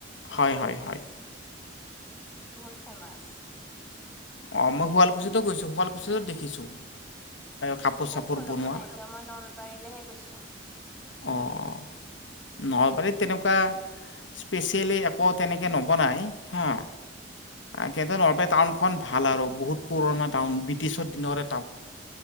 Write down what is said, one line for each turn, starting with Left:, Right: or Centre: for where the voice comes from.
Left: হয় হয় হয়।
Centre: বহুত ফেমাছ।
Left: অঁ মই শুৱালকুছিতো গৈছো, শুৱালকুছিত দেখিছো। কাপোৰ
Centre: মই
Left: চাপোৰ
Centre: কলকো
Left: বনোৱা
Centre: নাই যোৱা, মই নলবাৰীলৈহে গৈছো।
Left: অঁ নলবাৰীত তেনেকুৱা স্পেচিয়েলি একো তেনেকৈ নবনাই হা।
Centre: উম,
Left: কিন্তু নলবে টাউন খন ভাল আৰু বহুত পুৰণা টাউন ব্ৰিটিছৰ দিনৰে -